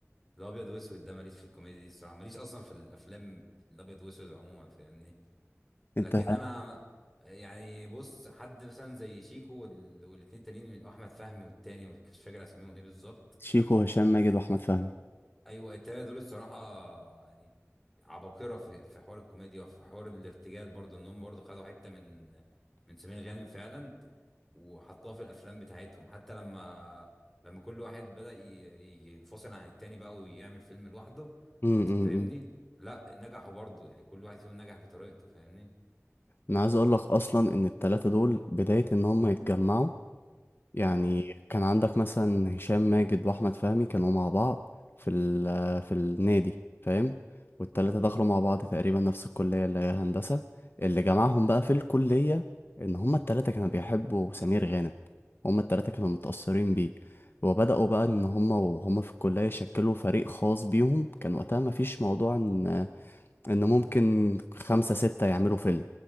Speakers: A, in the centre; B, on the left (about 45°).
A: الابيض واسود ده ماليش في الكوميديا دي الصراحه ماليش اصلا في الافلام الابيض واسود عموما فاهمني
B: انت
A: لكن انا يعني بص حد مثلا زي شيكو وال- والاتنين التانيين احمد فهمي والتاني مش فاكر اساميهم ايه بالظبط
B: شيكو وهشام ماجد واحمد فهمي
A: ايوه التلاته دول الصراحه يعني عباقره في في حوار الكوميديا وفي حوار الارتجال برضه ان هم برضه خدوا حته من من سمير غانم فعلا وحطوها في الافلام بتاعتهم حتى لما لما كل واحد بدأ ي- ي- ينفصل عن التاني بقى ويعمل فيلم لوحده
B: امم أمم.
A: فاهمني لا نجحوا برضه يعني كل واحد فيهم نجح بطريقته فاهمني
B: انا عايز اقول لك اصلا ان التلاتة دول بداية ان هم يتجمعوا يعني
A: امم
B: كان عندك مثلا هشام ماجد واحمد فهمي كانوا مع بعض في ال في النادي فاهم والتلاتة دخلوا مع بعض تقريبا نفس الكلية اللي هي هندسة اللي جمعهم بقى في الكلية ان هم التلاتة كانوا بيحبوا سمير غانم هم التلاتة كانوا متأثرين بيه وبدأوا بقى ان هم وهم في الكلية يشكلوا فريق خاص بيهم كان وقتها مفيش موضوع ان ان ممكن خمسة ستة يعملوا فيلم